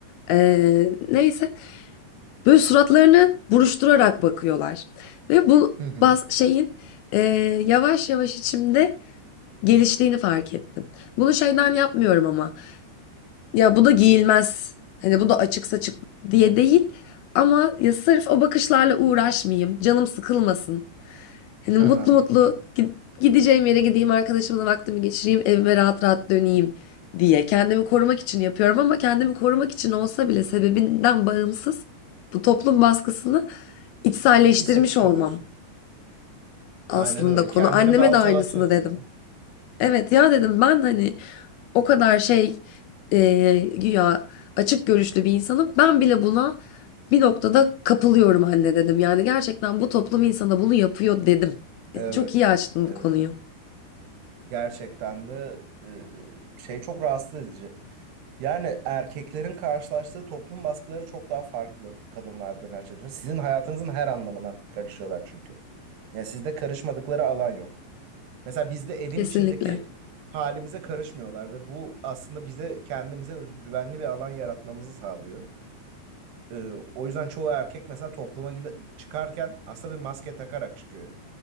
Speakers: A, on the left; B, on the right.
A: Ee, neyse. Böyle suratlarını buruşturarak bakıyorlar. Ve bu
B: Hı hı.
A: baz şeyin e, yavaş yavaş içimde geliştiğini fark ettim. Bunu şeyden yapmıyorum ama. Ya bu da giyilmez. Hani bu da açık saçık diye değil. Ama ya sırf o bakışlarla uğraşmayayım. Canım sıkılmasın. Hani
B: Ha
A: mutlu
B: ha.
A: mutlu gi- gideceğim yere gideyim, arkadaşımla vaktimi geçireyim, evime rahat rahat döneyim diye. Kendimi korumak için yapıyorum ama kendimi korumak için olsa bile sebebinden bağımsız bu toplum baskısını içselleştirmiş
B: Hissetmiş
A: olmam
B: oluyorsun.
A: aslında
B: Aynen öyle.
A: konu.
B: Kendini
A: Anneme
B: baltalatıyor
A: de aynısını
B: sana.
A: dedim. Evet ya dedim ben hani o kadar şey e, güya açık görüşlü bir insanım. Ben bile buna bir noktada kapılıyorum anne dedim. Yani gerçekten bu toplum insana bunu yapıyor dedim.
B: Evet.
A: Yani Çok iyi açtın
B: Evet.
A: bu konuyu.
B: Gerçekten de e, şey çok rahatsız edici. Yani erkeklerin karşılaştığı toplum baskıları çok daha farklı kadınlardan her şeyden. Sizin hayatınızın her anlamına karışıyorlar çünkü. Yani sizde karışmadıkları alan yok. Mesela bizde evin
A: Kesinlikle.
B: içindeki halimize karışmıyorlar ve bu aslında bize kendimize öz- güvenli bir alan yaratmamızı sağlıyor. E, o yüzden çoğu erkek mesela topluma gide- çıkarken aslında bir maske takarak çıkıyor.